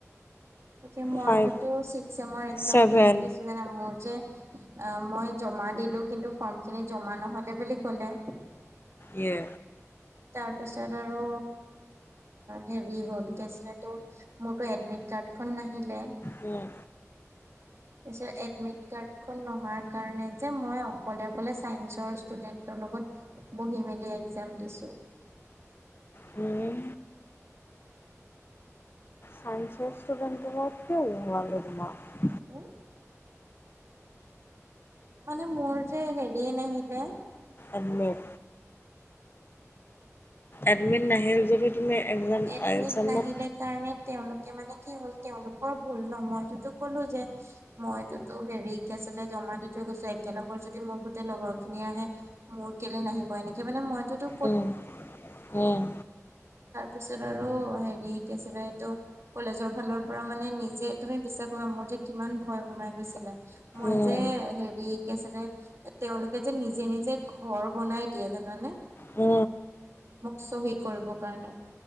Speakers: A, on the right (about 55°); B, on the left (about 40°).
A: গতিকে মইতোটো
B: ফাইভ
A: ছিক্স চেমৰ একজাম
B: ছেভেন
A: কেনেকে দিছো জানা মোৰ যে, অ' মই জমা দিলো, কিন্তু ফৰ্ম খিনি জমা নহ'লে বুলি কলে।
B: য়ে।
A: তাৰপিছত আৰু হেৰি হ'ল, কি আছিলে মোৰটো এডমিট কাৰ্ড খন নাহিলে
B: উম।
A: তাৰপিছত এডমিট কাৰ্ডখন নোহাৰ কাৰণে যে মই অকলে-অকলে চাইন্সৰ ষ্টুডেন্টৰ লগত বহি মেলি এক্জাম দিছোঁ।
B: হম। চাইেন্সৰ ষ্টুডেণ্টৰ লগত কিয় বহোৱালে তোমাক?
A: হম? মানে মোৰ যে হেৰিয়ে নাহিলে।
B: এডমিট। এডমিট নাহিল যদি তুমি এক্সাম-এক্সামত
A: এডমিট নাহিলে কাৰণে তেওঁলোকে মানে কি হ'ল, তেওঁলোকৰ ভুল ন', মইটোটো ক'লো যে মইটোটো হেৰি কি আছিলে, জমা দি থৈ গৈছোঁ, একেলগৰ যদি মোৰ গোটেই লগৰ খিনি আহে মোৰ কেলে নাহিব, এনেকে মানে মইটোটো
B: উম, উম।
A: পিছত আৰু হেৰি কি আছিলে এইটো? কলেজৰ ফালৰ পৰা মানে নিজে, তুমি বিশ্বাস কৰিবা মোৰ যে কিমান ভয় সোমাই গৈছিলে? মই
B: উম
A: যে হেৰি, কি আছিলে? তেওঁলোকে যে নিজে-নিজে ঘৰ বনাই দিয়ে জানানে।
B: উ।
A: মোক চহী কৰিবৰ কাৰণে।